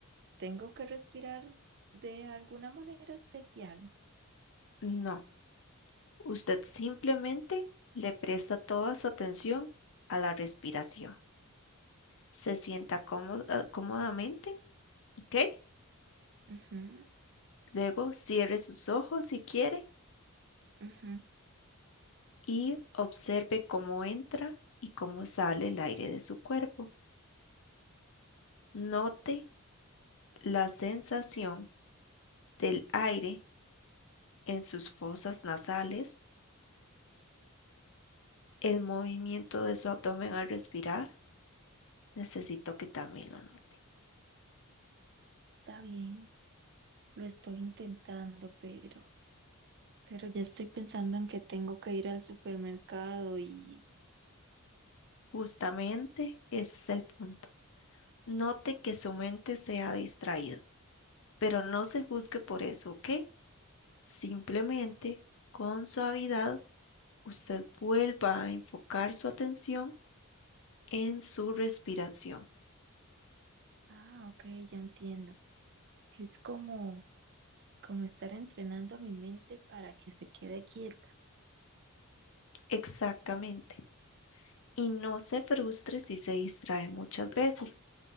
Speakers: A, on the right; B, on the left.
A: ¿Tengo que respirar de alguna manera especial?
B: No, usted simplemente le presta toda su atención a la respiración. Se sienta cómoda- cómodamente, ¿ok?
A: Ujú,
B: Luego cierre sus ojos si quiere
A: ujú.
B: y observe cómo entra y cómo sale el aire de su cuerpo. Note la sensación del aire en sus fosas nasales, el movimiento de su abdomen al respirar. Necesito que también lo note.
A: Está bien, lo estoy intentando, pero, pero ya estoy pensando en que tengo que ir al supermercado y...
B: Justamente ese es el punto. Note que su mente se ha distraído, pero no se juzgue por eso, ¿ok? Simplemente con suavidad usted vuelva a enfocar su atención en su respiración.
A: Ah, ok, ya entiendo. Es como, como estar entrenando a mi mente para que se quede quieta.
B: Exactamente. Y no se frustre si se distrae muchas veces.